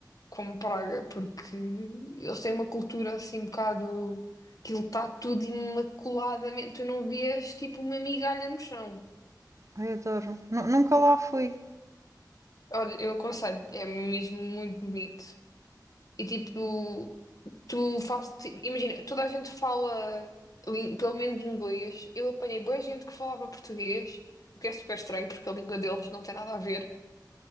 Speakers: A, on the left; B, on the right.
A: como Praga, porque eles têm uma cultura assim um bocado. Aquilo está tudo imaculadamente. Tu não vias tipo uma migalha no chão.
B: Ai, adoro. Nu- nunca lá fui.
A: Olha, eu aconselho, é mesmo muito bonito. E tipo, tu fazes. Imagina, toda a gente fala lin- pelo menos inglês. Eu apanhei boa gente que falava português, o que é super estranho porque a língua deles não tem nada a ver.